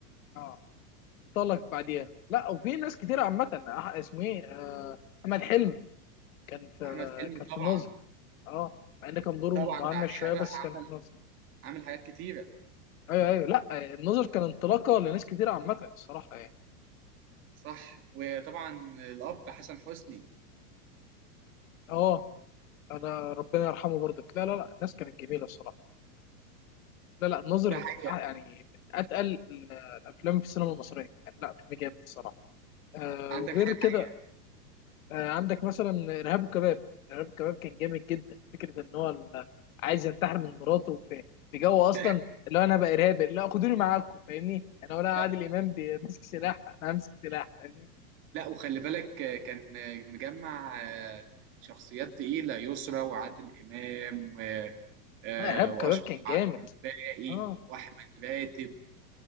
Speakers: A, on the left; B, on the right.
A: اه انطلق بعديها لا وفي ناس كتير عامة آه، اسمه ايه آه، احمد حلمي كان في
B: احمد حلمي
A: كان
B: طبعا
A: في الناظر اه مع ان كان دوره
B: طبعا
A: مهمش
B: بعديها
A: شوية بس
B: بقى
A: كان
B: عمل
A: في الناظر
B: عمل حاجات كتيره
A: ايوه ايوه لا آه، الناظر كان انطلاقة لناس كتير عامة الصراحة يعني
B: صح وطبعا الاب حسن حسني
A: اه انا ربنا يرحمه برضك لا لا لا الناس كانت جميلة الصراحة لا لا الناظر
B: ده
A: من
B: حقيقه
A: أع- يعني من اتقل ال- الافلام في السينما المصرية يعني لا فيلم جامد الصراحة آه
B: عندك
A: وغير
B: حاجه
A: كده
B: حقيقه
A: آه عندك مثلا ارهاب الكباب ارهاب الكباب كان جامد جدا فكره ان هو ال- عايز ينتحر من مراته في في جو اصلا
B: <laughs>
A: اللي هو انا بقى ارهابي لا خدوني معاكم فاهمني انا ولا عادل
B: لا
A: امام بي- ماسك سلاح انا همسك سلاح فاهمني
B: لا وخلي بالك آه، كان آه، مجمع آه، شخصيات تقيله يسرا وعادل امام آه، آه،
A: لا ارهاب الكباب
B: واشرف
A: كان جامد
B: عبد الباقي
A: اه
B: واحمد راتب